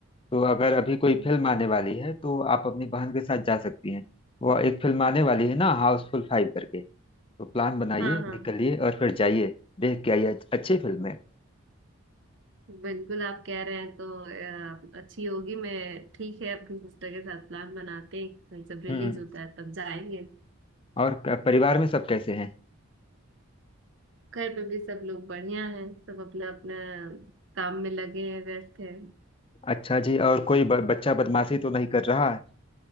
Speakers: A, on the left (about 25°); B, on the right (about 55°).
A: तो अगर अभी कोई
B: हम्म,
A: फिल्म आने वाली है तो आप अपनी बहन के साथ जा सकती हैं वह एक फिल्म आने वाली है ना हाउसफुल फाइव करके तो प्लान बनाइए
B: हाँ हाँ
A: निकलिए और फिर जाइए देख के आइए अच्छी फिल्म है
B: बिल्कुल आप कह रहे हैं तो अ, अच्छी होगी मैं ठीक है अपनी सिस्टर के साथ प्लान बनाते हैं कहीं सब रिलीज
A: हम्म
B: होता है तब जाएंगे
A: और क- परिवार में सब कैसे हैं
B: घर पे भी सब लोग बढ़िया हैं सब अपना अपना काम में लगे हैं व्यस्त हैं
A: अच्छा जी और कोई ब, बच्चा बदमाशी तो नहीं कर रहा